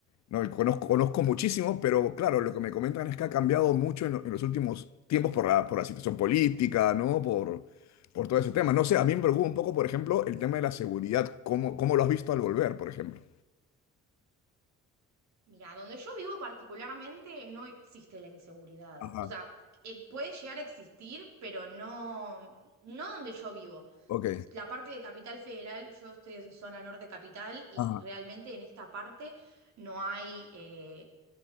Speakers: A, on the left; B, on the right.
A: No, y conozco, conozco muchísimo, pero claro, lo que me comentan es que ha cambiado mucho en, lo- en los últimos tiempos por la, por la situación política, ¿no? Por, por todo ese tema. No sé, a mí me preocupa un poco, por ejemplo, el tema de la seguridad. ¿Cómo, cómo lo has visto al volver, por ejemplo?
B: Mira, donde yo vivo particularmente no existe la inseguridad.
A: Ajá,
B: O sea, eh, puede llegar a existir, pero no, no donde yo vivo.
A: ok.
B: La parte de Capital Federal, yo estoy en zona norte capital y
A: Ajá,
B: realmente en esta parte no hay eh,